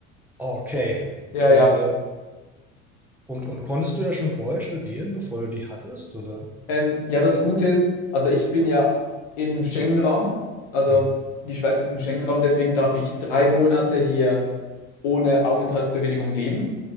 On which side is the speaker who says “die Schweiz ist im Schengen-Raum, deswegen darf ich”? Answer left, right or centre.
Left